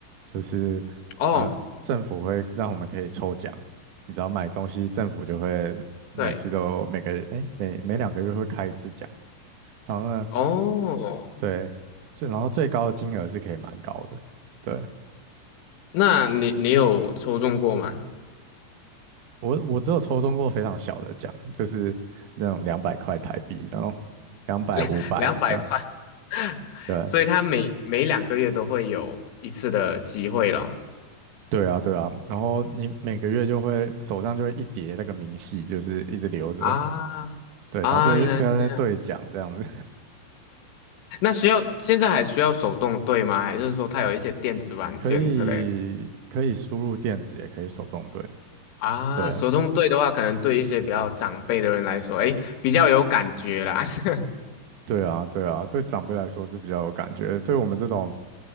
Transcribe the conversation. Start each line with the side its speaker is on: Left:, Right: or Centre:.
Right: 就是呃政府会让我们可以抽奖，
Left: 哦
Right: 你只要买东西，政府就会每次都每个诶每每两个月会开一次奖。
Left: 对
Right: 然后呢，
Left: 哦，
Right: 对，最然后最高的金额是可以蛮高的。对，
Left: 那你你有抽中过吗？
Right: 我我只有抽中过非常小的奖，就是那种两百块台币，然后两百、
Left: 两两百块，
Right: 五百这样。
Left: <laughs>
Right: 对，
Left: 所以他每每两个月都会有一次的机会了
Right: 对啊，对啊。然后你每个月就会手上就会一叠那个明细，就是一直留着。
Left: 啊啊，
Right: 对，然后就是在那边兑奖这样子，
Left: 原来是这样那需要现在还需要手动对吗？还是说它有一些电子软件之类的
Right: <laughs> 可以可以输入电子，也可以手动兑。
Left: 啊？
Right: 对，
Left: 手动对的话，可能对一些比较长辈的人来说，哎，比较有感觉啦。<laughs>
Right: 对啊，对啊，对长辈来说是比较有感觉，对我们这种